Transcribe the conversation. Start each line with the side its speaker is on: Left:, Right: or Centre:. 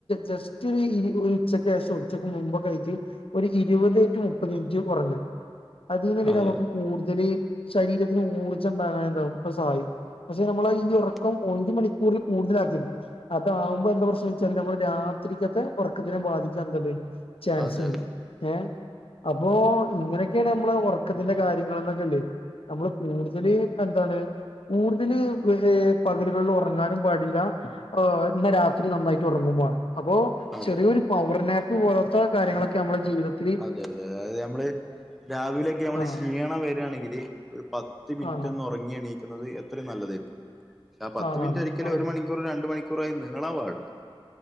Left: ജസ്റ്റ് ഒരു ഇരു ഉച്ചക്ക് ശേഷോ ഉച്ചക്ക് മുമ്പൊക്കായ്ട്ട് ഒരു ഇരുപത്റ്റു മുപ്പത്തിൻറ്റ് ഒറങ്ങ അതീനെ
Centre: അതെ
Left: നമുക്ക് കൂടുതൽ ശരീരത്തിന് ഊർജ്ജ <unintelligible> പസായിക്കും പക്ഷെ നമ്മളെ ഈ ഒറക്കം
Centre: അതെ
Left: ഒരു മണിക്കൂറിൽ കൂടുതലാക്കരുത് അതാവുമ്പോ എന്താ പ്രശ്നം ച്ചാല് നമ്മളെ രാത്രിക്കത്തെ ഉറക്കത്തിനെ ബാധിച്ചാന്താത് ചാൻസ്ണ്ട്
Centre: അതെ
Left: ഏഹ് അപ്പോ ഇങ്ങനെക്കെണ് നമ്മളെ ഒറക്കത്തിന്റെ കാര്യങ്ങളെന്നൊക്കെല്ലേ നമ്മള് കൂടുതല് എന്താണ്? കൂടുതൽ ഏഹ് പകലുകളിൽ ഒറങ്ങാനും പാടില്ല ഏഹ് ഇന്ന രാത്രി നന്നായിറ്റ് ഒറങ്ങും മാണം അപ്പോ
Centre: അതെ
Left: ചെറിയൊരു പവർനാപ്പ് പോലത്തെ കാര്യങ്ങളൊക്കെ നമ്മുടെ ജീവിതത്തി
Centre: അതെ അതെ അതായത് നമ്മള് രാവിലെക്കെ നമ്മള്
Left: ആഹ്
Centre: ക്ഷീണം വരാണെങ്കില് ഒരു പത്ത് മിനിറ്റ്
Left: ആണോ
Centre: ഒന്ന് ഒറങ്ങിയെണീക്കു ന്നത് എത്ര നല്ലതേര്ക്കും പക്ഷെ ആ പത്ത്
Left: ആണാണ്
Centre: മിനിറ്റ് ഒരിക്കലും
Left: ആഹ്
Centre: ഒരു മണിക്കൂറ് രണ്ട മണിക്കൂറായി നീളാം പാടില്ല